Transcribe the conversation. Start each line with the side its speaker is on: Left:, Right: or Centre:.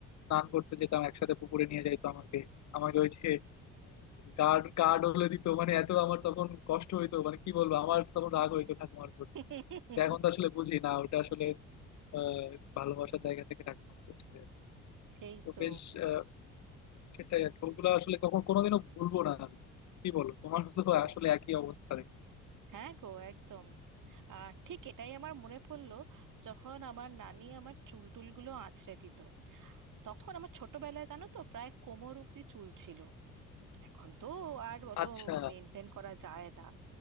Left: স্নান করতে যেতাম একসাথে পুকুরে নিয়ে যাইতো আমাকে আমাকে ওই যে গার্ড গার্ড হলে দিত মানে এত আমার তখন কষ্ট হইতো মানে কি বলবো আমার তখন রাগ হইতো ঠাকুমার উপর
Right: <laughs>
Left: তো এখন তো আসলে বুঝি না ওটা আসলে আহ ভালোবাসার জায়গা থেকে ঠাকুমা করতে
Right: সেই
Left: তো
Right: তো
Left: বেশ আহ, সেটাই আর কি। ওগুলো আসলে কখন কোনোদিনও ভুলবো না আমি কি বলো তোমার তো আসলে একই অবস্থা রে।
Right: হ্যাঁ গো একদম আর ঠিক এটাই আমার মনে পড়লো যখন আমার নানি আমার চুল টুলগুলো আঁচড়ে দিত তখন আমার ছোটবেলায় জানো তো প্রায় কোমর অব্দি চুল ছিল এখন তো আর অত
Left: আচ্ছা
Right: মেনটেন করা যায় না